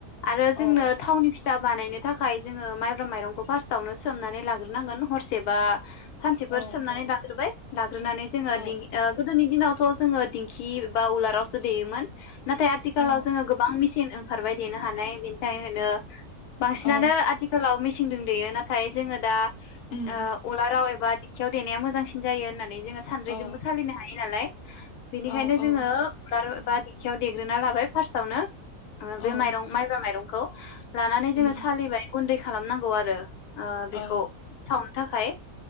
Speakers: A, on the left (about 80°); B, on the left (about 55°).
A: आरो जोंनो
B: औ
A: थावनि फिथा बानायनो थाखाय जोङो माइब्रा माइरंखौ फार्स्टावनो सोमनानै लाग्रोनांगोन हरसेबा सानसेफोर
B: औ
A: सोमनानै
B: औ
A: लाग्रोबाय लाग्रोनानै जोङो
B: औ
A: दि ओ गोदोनि दिनावथ दिंखि बा उलाराव सो देयोमोन नाथाय आथिखालाव
B: औ
A: जोङो गोबां मेसिन ओंखारबाय देनो हानाय बेनि थाखायनो बांसिनानो
B: औ
A: आथिखालाव मेसिन दो देयो ना थाय जोङो दा
B: उम
A: ओ उलाराव एबा दिंखियाव देनाया मोजांसिन जायो होनना नै जोङो सानद्रिजोंबो
B: औ
A: सालिनो हायो नालाय बेनिखायनो
B: औ औ
A: जोङो उलार बादिं दिंखियाव देग्रोना लाबाय। फार्स्टआवनो ओ बे
B: औ
A: माइरं माइब्रा माइरंखौ। लानानै जोङो
B: उम
A: सालिबाय गुन्दै खालामनांगौ आरो ओ बेखौ
B: औ
A: सावनो थाखाय